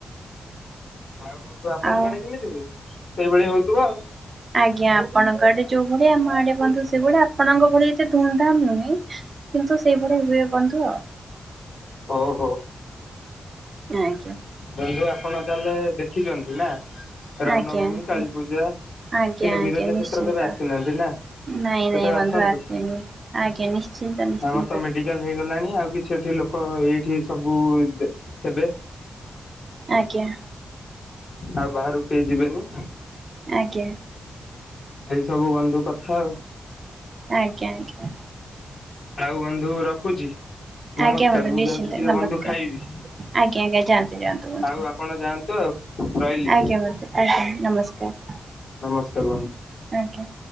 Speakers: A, on the left; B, on the right.
A: ଆଉ ବନ୍ଧୁ ଆପଣଙ୍କ
B: ଆଉ
A: ଆଡେ କେମିତି ହୁଏ ସେଇଭଳି ହଉଥିବ ଆଉ।
B: ଆଜ୍ଞା ଆପଣଙ୍କ ଆଡେ ଯୋଉ ଭଳିଆ ଆମ ଆଡେ ବନ୍ଧୁ ସେଇ ଭଳିଆ ଆପଣଙ୍କ ଭଳି ଏତେ ଧୁମଧାମ ନୁହେଁ। କିନ୍ତୁ ସେଇଭଳି ହୁଏ ବନ୍ଧୁ ଆଉ।
A: ଓହୋ।
B: ଆଜ୍ଞା।
A: ବନ୍ଧୁ ଆପଣ ତାହେଲେ ଦେଖିଛନ୍ତି ନା। ରାମନବମୀ,
B: ଆଜ୍ଞା ଆଜ୍ଞା
A: କାଳୀ ପୂଜା କିନ୍ତୁ
B: ଆଜ୍ଞା ଆଜ୍ଞା
A: ବିରଜା
B: ନିଶ୍ଚିନ୍ତ
A: କ୍ଷେତ୍ର କେବେ ଆସିନାହାନ୍ତି ନା।
B: ନାଇଁ
A: କେତେବେଳେ
B: ନାଇଁ ବନ୍ଧୁ
A: ଆସନ୍ତୁ।
B: ଆସନି ଆଜ୍ଞା ନିଶ୍ଚିନ୍ତ ନିଶ୍ଚିନ୍ତ।
A: ଆମର ତ ମେଡିକାଲ ହେଇଗଲାଣି ଆଉ କିଛି ଏଠି ଲୋକ ଏଇଠି ସବୁ ହେବେ।
B: ଆଜ୍ଞା।
A: ଆଉ ବାହାରକୁ କେହି ଯିବେନି।
B: ଆଜ୍ଞା।
A: ଏଇ ସବୁ ବନ୍ଧୁ କଥା ଆଉ।
B: ଆଜ୍ଞା ଆଜ୍ଞା।
A: ଆଉ ବନ୍ଧୁ ରଖୁଛି। ନମସ୍କାର
B: ଆଜ୍ଞା ବନ୍ଧୁ
A: ମୁଁ
B: ନିଶ୍ଚିନ୍ତ
A: ଯାଉଛି ଟିକେ
B: ନମସ୍କାର।
A: ବନ୍ଧୁ ଖାଇବି
B: ଆଜ୍ଞା ଆଜ୍ଞା ଯାଆନ୍ତୁ ଯାଆନ୍ତୁ ବନ୍ଧୁ
A: ଆଉ ଆପଣ ଯାଆନ୍ତୁ ଆଉ ରହିଲି
B: ଆଜ୍ଞା ବନ୍ଧୁ ଆଜ୍ଞା ନମସ୍କାର।
A: ନମସ୍କାର ବନ୍ଧୁ।
B: ଆଜ୍ଞା।